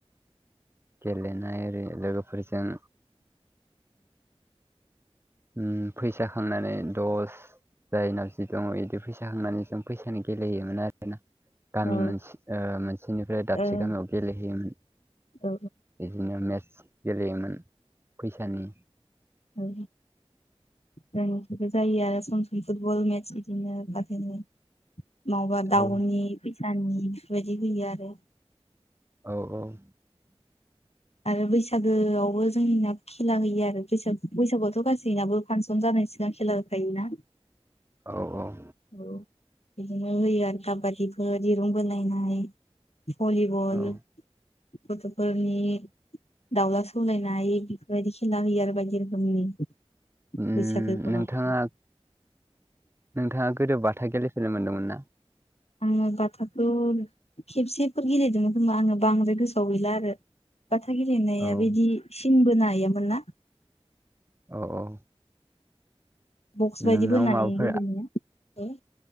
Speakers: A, on the right; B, on the left.
A: गेलेनाय ओरै लोगोफोरजों उम फैसा खांनानै दस जायनाव जि दङ बिदि फैसा खांनानै जों फैसानि गेलेहयोमोन आरोना। गामि
B: औ
A: मोनसे ओ मोनसेनिफ्राय दाबसे
B: औ
A: गामियाव गेलेहैयोमोन।
B: औ
A: बिदिनो मेटस गेलेयोमोन फैसानि।
B: औ जोंनिथिबो जायो आरो सम सम फुटबल मेटच बिदिनो फारसेनि मावबा
A: औ
B: दाउनि फैसानि बेफोरबायदि होयो आरो।
A: औ औ <inaudible>
B: आरो बैसागोआवबो जोंनिया खेला होयो आरो बैसाग बैसागोआवथ' गासैनाबो फांसन जानाय सिगां खेला होखायोना।
A: औ औ
B: औ बिदिनो होयो आरो काबादिफोर दिरुं बोलायनाय भलिबल
A: औ
B: फथ'फोरनि दाउला सौलायनाय बेफोरबायदि खेला होयो आरो बायदि रोखोमनि।
A: उम
B: बैसागो फोराव।
A: नोंथाङा नोंथाङा गोदो बाथा गेलेफेरनो मोनदोंमोन ना?
B: आङो बाथाथ' खेबसेफोर गेलेदोंमोन खोमा आङो बांद्राय गोसोआव गैला आरो। बाथा गेलेनाया
A: औ
B: बिदि सिन बोनायामोन ना?
A: औ औ
B: बक्स बायदि
A: नोंनाव
B: बोनानै
A: माबाफोर
B: गेलेयोना इखो?